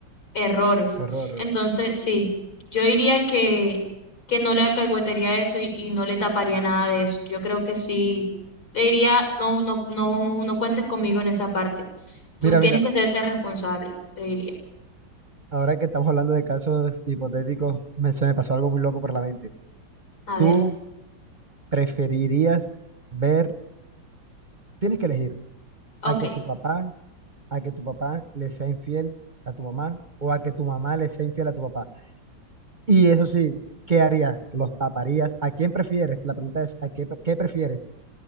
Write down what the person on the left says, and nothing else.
errores.
Entonces, sí, yo diría que, que no le acalcuetaría eso y, y no le taparía nada de eso. Yo creo que sí, le diría, no, no, no, no cuentes conmigo en esa parte. Tú
tienes
que serte responsable, le diría.
A
ver,
ok.